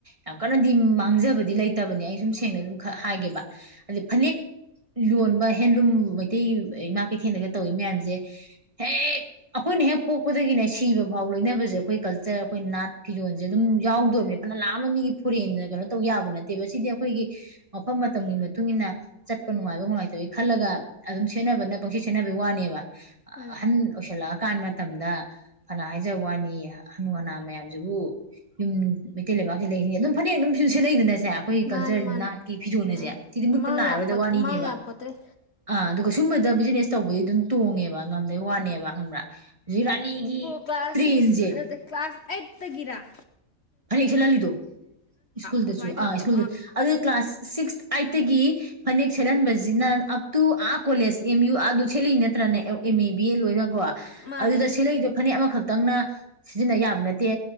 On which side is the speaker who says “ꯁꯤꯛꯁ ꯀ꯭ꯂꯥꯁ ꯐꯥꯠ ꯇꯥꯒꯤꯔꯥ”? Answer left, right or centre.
Left